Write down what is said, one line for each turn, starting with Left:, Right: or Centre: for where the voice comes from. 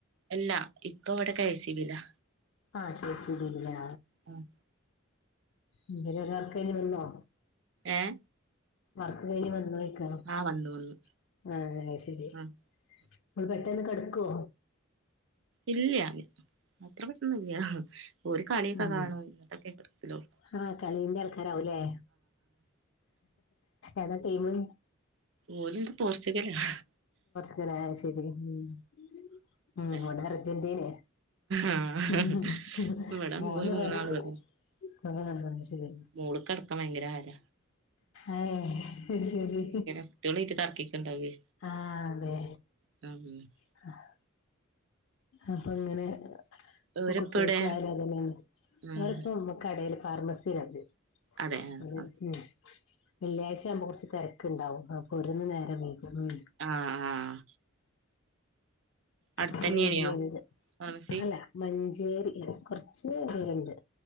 Right: അല്ലാ ഇപ്പ ഇവിടെ കെ എസ് ബി യിലാ
Left: ആഹ് കെ എസ് ഇ ബി യില് ലേ
Right: ആഹ്
Left: എന്തരൊരാൾക്കായ് വന്നോ?
Right: ഏഹ്.
Left: വർക്ക് കയ്ഞ്ഞ് വന്നോയ്ക്ക. ആ
Right: ആഹ് വന്നു വന്നു
Left: ആ അഹ് ശെരി
Right: ആഹ്
Left: ഇങ്ങൾ പെട്ടെന്ന് കെടക്കോ?
Right: ഇല്ല്യ അത്ര പെട്ടന്നൊന്നുഇല്ല ഓല് കളിയൊക്കെ
Left: ഉം
Right: കാണു ഇങ്ങട്ടൊക്കെ കെടക്കലുള്ളു.
Left: ആഹ് കളിന്റെ ആൾക്കാരാവുല്ലേ ഏതാ ടീമ്?
Right: ഓലൊന്താ പോർച്കലാ ഹ്.
Left: അതെലെ അഹ് ശെരി ഉം ഉംഇവിടെ
Right: ഏ
Left: അർജന്റീനെ.
Right: ആഹ്
Left: ഉംഹ് ഉംഹ്.
Right: ഇവിടെ
Left: ഓന്
Right: ഒരു മൂന്നാളും
Left: റൊനാ
Right: അതെ
Left: ആ അഹ് ശെരി.
Right: മോള്ക്കടക്കം ഭയങ്കര ഹരാ.
Left: അഹേ അഹ് ശെരി
Right: കുട്ടികളായിട്ട് തർക്കിക്കണ്ടാവേ
Left: ആഹ് അതെ.
Right: <unintelligible>
Left: ആഹ്. അപ്പൊ അങ്ങനെ ഹ്. ഇപ്പൊ
Right: ഓരിപ്പവിടെ
Left: കുട്ടിയാക്കയാലും അതെന്നേണ്
Right: ആഹ്
Left: അവര്പ്പ കടേൽ ഫാർമസിയിലാണ്.
Right: അതെ ആഹ്
Left: ഓൽ
Right: ആഹ്
Left: ഉം വെള്ളിയാഴ്ച ആവുമ്പോ കൊറച്ച് തെരക്ക്ണ്ടാവും. ഓരുന്ന് നേരം വൈകും ഉം.
Right: ആ ആഹ് അടുത്തെന്നെയ്നിയോ
Left: അത് വൈകിയത്
Right: ഫർമസി.
Left: അല്ല മഞ്ചേരി കൊറച്ച് ദൂരണ്ട്.